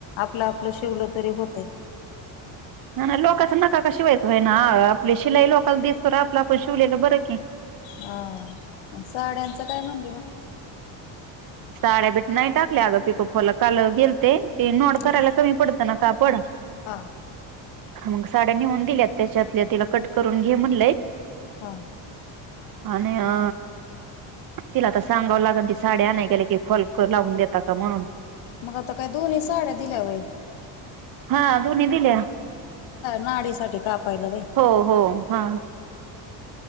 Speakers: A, on the left (about 75°); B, on the right (about 45°).
A: आपलं ल शिवलं तरी होते.
B: ह ना लोकांचं नका का शिवायचं आहेई ना आपली शिलाई लोकांला दिसतो र आपण शवलेलं बरं
A: हा साड्यांचं काय म्हणलं मग.
B: साड्याबीठ नाही टाकल्या अगं पिकू खोला काल गेल ते. तेनोडतारला
A: हा
B: कमी पडत ना कापड.
A: हा.
B: मग साड्या नेऊन दिल्यात त्याच्यातल्या तिला कट करून घे म्हणलंय
A: हा
B: आणि अ तिला आता सांगाव लागल ती साडी आणाय गेले की फलक लावून देतात. का म्हणून
A: मग आता काय दोन्ही साड्या दिल्या वय
B: हा दोन्ही दिल्या.
A: नाडीसाठी कापायला वय
B: हो हो हा.